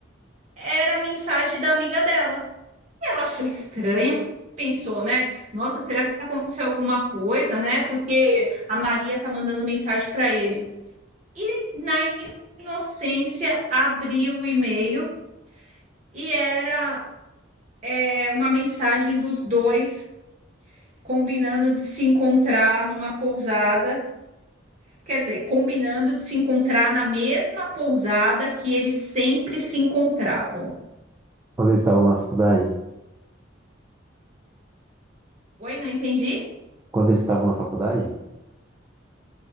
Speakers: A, on the right; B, on the right.
A: era a mensagem da amiga dela. E ela achou estranha, pensou, né? Nossa, será que aconteceu alguma coisa, né? Porque a Maria tá mandando mensagem para ele. Na inocência, abri o e-mail e era é, uma mensagem dos dois combinando de se encontrar numa pousada. Quer dizer, combinando de se encontrar na mesma pousada que eles sempre se encontravam.
B: Quando eles estavam na faculdade?
A: Oi, não entendi?
B: Quando eles estavam na faculdade?